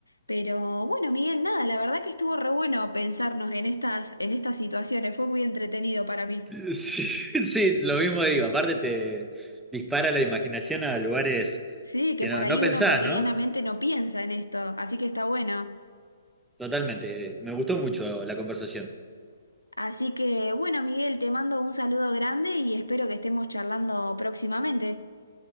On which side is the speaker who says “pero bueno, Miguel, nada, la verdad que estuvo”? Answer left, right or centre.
Left